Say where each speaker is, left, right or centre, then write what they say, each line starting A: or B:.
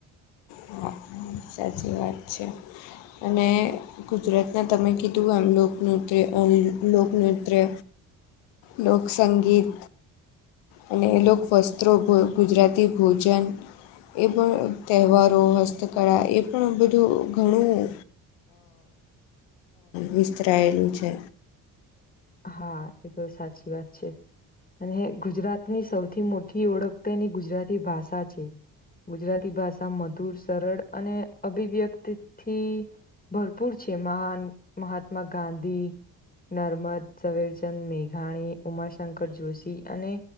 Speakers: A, on the left; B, on the left.
A: હા હા, સાચી વાત છે, અને ગુજરાતનાં તમે કીધું આમ લોકનૃત્ય લોકનૃત્ય લોકસંગીત અને એ લો વસ્ત્રો ભ ભૂ ગુજરાતી ભોજન એ પણ તહેવારો હસ્તકળા એ પણ બધું ઘણું વિસ્તરાયેલું છે.
B: હા એ તો સાચી વાત છે. અને ગુજરાતની સૌથી મોટી ઓળખ તેની ગુજરાતી ભાષા છે. ગુજરાતી ભાષા મધુર સરળ અને અભિવ્યક્તિથી ભરપૂર છે મહાન મહાત્મા ગાંધી નર્મદ ઝવેરચંદ મેઘાણી ઉમાશંકર જોશી અને